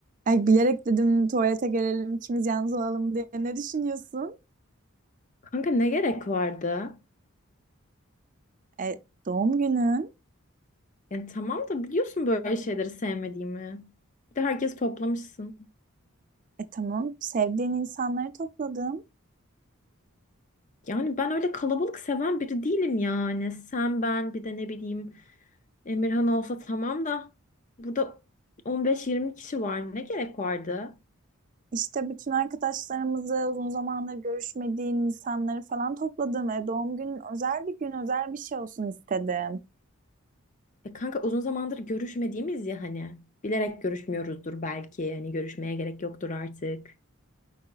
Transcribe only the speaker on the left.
Kanka ne gerek vardı?
Yani tamam da biliyorsun böyle şeyleri sevmediğimi. Bir de herkesi toplamışsın.
Yani ben öyle kalabalık seven biri değilim yani. Sen ben bir de ne bileyim Emirhan olsa tamam da burada 15-20 kişi var. Ne gerek vardı?
E kanka uzun zamandır görüşmediğimiz ya hani. Bilerek görüşmüyoruzdur belki. Hani görüşmeye gerek yoktur artık.